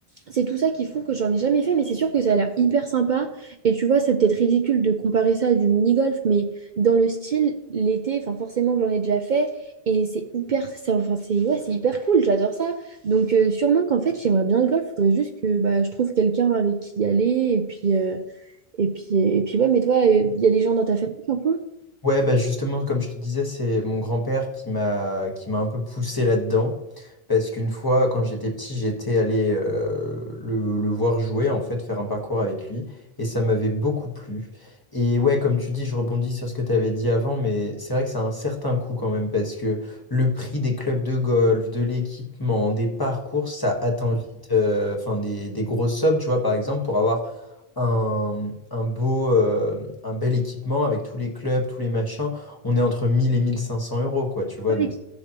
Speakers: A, on the right; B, on the left.
A: c'est tout ça qui font que j'en ai jamais fait, mais c'est sûr que ça a l'air hyper sympa. Et tu vois, c'est peut-être ridicule de comparer ça à du mini-golf, mais dans le style, l'été, enfin, forcément que j'en ai déjà fait, et c'est hyper, c'est, enfin, c'est, ouais, c'est hyper cool, j'adore ça. Donc, euh, sûrement qu'en fait, j'aimerais bien le golf, il faudrait juste que bah, je trouve quelqu'un avec qui y aller, et puis, euh, et puis, et puis, ouais, mais toi, il y a des gens dans ta famille qui en font?
B: Ouais, bah justement, comme je te disais, c'est mon grand-père qui m'a qui m'a un peu poussé là-dedans. Parce qu'une fois, quand j'étais petit, j'étais allé euh, le, le voir jouer, en fait, faire un parcours avec lui. Et ça m'avait beaucoup plu. Et ouais, comme tu dis, je rebondis sur ce que tu avais dit avant, mais c'est vrai que ça a un certain coût quand même, parce que le prix des clubs de golf, de l'équipement, des parcours, ça atteint vite, euh, enfin, des, des grosses sommes, tu vois, par exemple, pour avoir un, un beau, euh, un bel équipement avec tous les clubs, tous les machins, on est entre 1000 et 1500 euros, quoi, tu vois.
A: Ouais.
B: Donc,